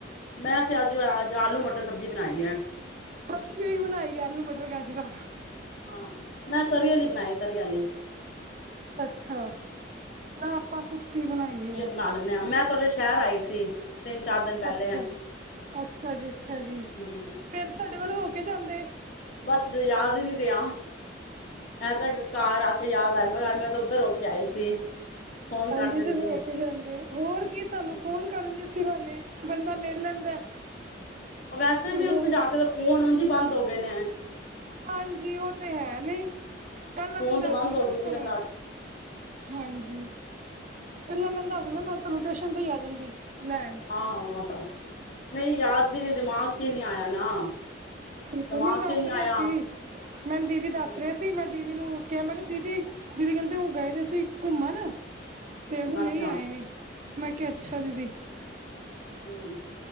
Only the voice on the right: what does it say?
ਅਸੀਂ ਵੀ ਇਹੀ ਬਣਾਈ ਆਲੂ ਮਟਰ ਗਾਜਰਾ,
ਅੱਛਾ, ਆਪਾਂ ਸੁੱਕੀ ਬਣਾਈਏ,
ਅੱਛਾ ਜੀ, ਅੱਛਾ ਜੀ ਅੱਛਾ ਜੀ,
ਫੇਰ ਸਾਡੇ ਵੱਲ ਹੋ ਕੇ ਜਾਂਦੇ,
ਹਾਂਜੀ,
ਤੇ ਹੋ ਕੇ ਜਾਂਦੇ ਹੋਰ ਕੀ ਸਾਨੂੰ
ਫੋਨ ਕਰਨ ਦੇ, ਇਸੀ ਬਹਾਨੇ ਬੰਦਾ ਮਿੱਲ ਲੈਂਦਾ।
ਤੇ
ਹੋਰ
ਹਾਂਜੀ, ਉਹ ਤੇ ਹੈ ਨਹੀਂ, ਪਹਿਲਾਂ
ਮੈਨੂੰ ਦੱਸਦੇ
ਨਾ
ਮੈਂ
ਤੁਹਾਨੂੰ,
ਹਾਂਜੀ, ਪਹਿਲਾਂ ਮੈਨੂੰ ਦੱਸ ਦਿੰਦਾ ਮੈਂ ਤੋਟੇਸ਼ਨ ਤੋਂ ਹੀ ਆ ਜਾਂਦੀ, ਲੈਣ।
ਬਿਲਕੁਲ
ਮੈਨੂੰ
ਦੱਸ
ਰਹੇ
ਸੀ, ਮੈਂਨੂੰ ਦੀਦੀ
ਦੱਸ ਰਹੇ ਮੈਂ ਦੀਦੀ ਨੂੰ ਕਿਹਾ ਮੈਂ ਕਿਹਾ ਦੀਦੀ-ਦੀਦੀ ਕਹਿੰਦੇ ਉਹ ਗਏ ਤੇ ਅਸੀਂ ਘੁੰਮਣ, ਤੇ ਹੁਨੇ
ਏ ਆਏ ਨੇ ਮੈਂ ਕਿਹਾ ਅੱਛਾ ਦੀਦੀ,